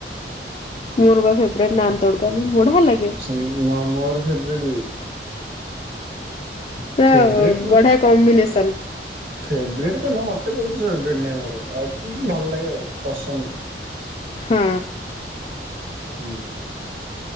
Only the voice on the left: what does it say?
ମୋର ପା ଫେବ୍ରାଇଟି ନାନ୍ ତଡକା ମତେ ବଢିଆ ଲାଗେ।
ପୁରା
ବଢିଆ କମ୍ବିନେସନ୍।
ହଁ।